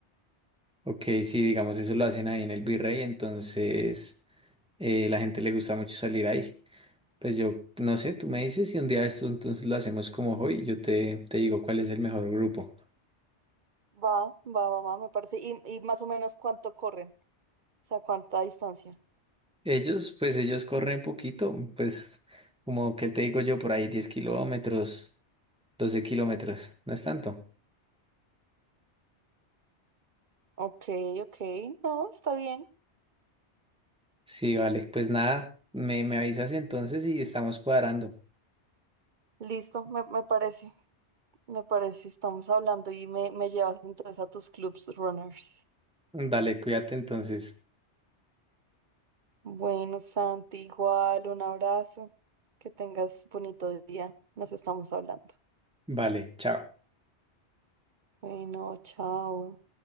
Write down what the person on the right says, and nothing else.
Va, va, va, va, me parece. Y, y más o menos cuánto corren. O sea, cuánta distancia.
Ok, ok. No, está bien.
Listo, me, me parece. Me parece, estamos hablando y me, me llevas entonces a tus clubs runners.
Bueno, Santi, igual, un abrazo. Que tengas bonito día. Nos estamos hablando.
Bueno, chao.